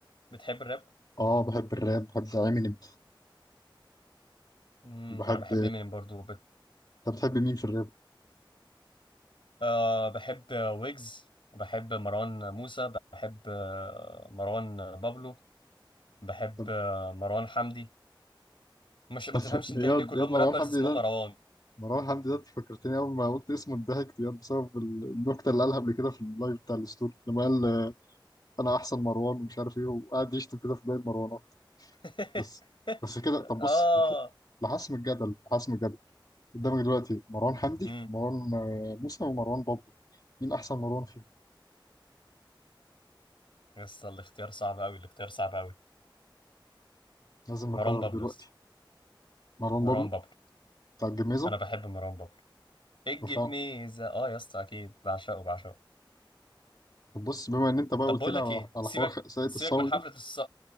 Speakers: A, on the left (about 75°); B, on the left (about 50°).
A: بتحب الراب
B: آه بحب الراب بحب إمينيم
A: امم
B: بحب
A: انا بحب امينيم برضو
B: طب بتحب مين في الراب؟
A: أه بحب ويجز وبحب مروان موسى بحب آه، مروان بابلو بحب
B: طب
A: آه، مروان حمدي مش ما
B: طب
A: تفهمش
B: <laughs>
A: انت
B: إياد
A: ليه كلهم
B: إياد مروان
A: رابرز
B: حمدي
A: اسمهم
B: ده
A: مروان
B: مروان حمدي ده فكرتني أول ما قلت اسمه اتضحكت يعني بسبب ال- النكتة اللي قالها قبل كده في اللايف بتاع الستوري لما قال آه، أنا أحسن مروان ومش عارف إيه وقعد يشتم كده في باقي المروانات
A: <laughs>
B: بس بس كده طب بص
A: اه
B: لح- لحسم الجدل لحسم الجدل قدامك دلوقتي مروان حمدي
A: امم
B: مروان آه، موسى ومروان بابلو مين أحسن مروان فيهم؟
A: يس الاختيار صعب قوي الاختيار صعب قوي
B: لازم نقرر
A: مروان بابلو
B: دلوقتي
A: يا اسطى.
B: مروان
A: مروان
B: بابلو
A: بابلو
B: بتاع الجميزة
A: انا بحب مروان بابلو اجي
B: رفاعة
A: بميزه اه يا اسطى اكيد بعشقه بعشقه
B: طب بص بما إن أنت بقى
A: طب
B: قلت
A: بقول
B: لي
A: لك
B: على
A: ايه
B: على
A: سيبك
B: حوار ساقية
A: سيبك
B: الصاوي
A: من حفله
B: ده
A: الص...